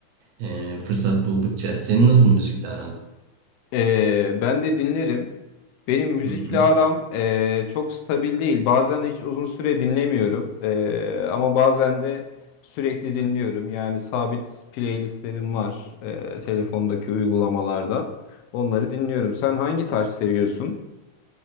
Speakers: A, on the right; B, on the left.
A: E, fırsat buldukça. Senin nasıl müzikle aran?
B: Ee, ben de dinlerim. Benim müzikle
A: Hı hı.
B: aram ee, çok stabil değil. Bazen hiç uzun süre dinlemiyorum. Ee, ama bazen de sürekli dinliyorum. Yani sabit playlistlerim var ee, telefondaki uygulamalarda. Onları dinliyorum. Sen hangi tarz seviyorsun?